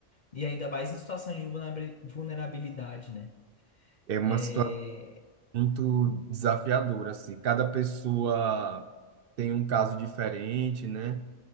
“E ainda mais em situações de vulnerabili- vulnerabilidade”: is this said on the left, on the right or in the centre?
Left